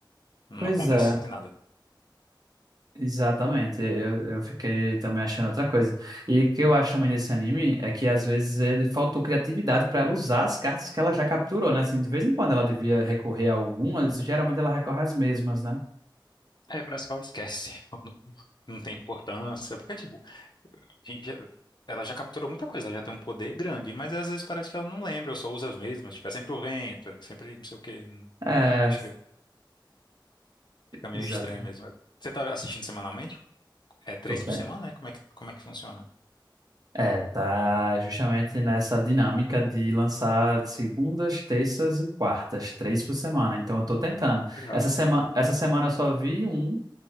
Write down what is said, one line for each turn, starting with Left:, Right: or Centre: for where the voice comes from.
Left: não
Right: Pois
Left: acontece
Right: é.
Left: nada.
Right: Exatamente, eu, eu fiquei também achando outra coisa. E o que eu acho também desse anime é que às vezes ele faltou criatividade para ela usar as cartas que ela já capturou, né? Assim, de vez em quando ela devia recorrer a algumas, geralmente ela recorre às mesmas, né?
Left: É, parece que ela esquece. <laughs> Não, não tem importância. Porque, tipo, a gente já- ela já capturou muita coisa, ela já tem um poder grande, mas às vezes parece que ela não lembra, ou só usa as mesmas. Tipo, é sempre o vento, é sempre não sei o quê. hum,
Right: É,
Left: Acho que fica meio
Right: exatamente.
Left: estranho mesmo. Você tá assistindo semanalmente? É três
Right: Tô ten-
Left: por semana, né? Como é que, como é que funciona?
Right: É, tá justamente nessa dinâmica de lançar segundas, terças e quartas, três por semana. Então eu tô tentando.
Left: Legal.
Right: Essa semana, essa semana eu só vi um,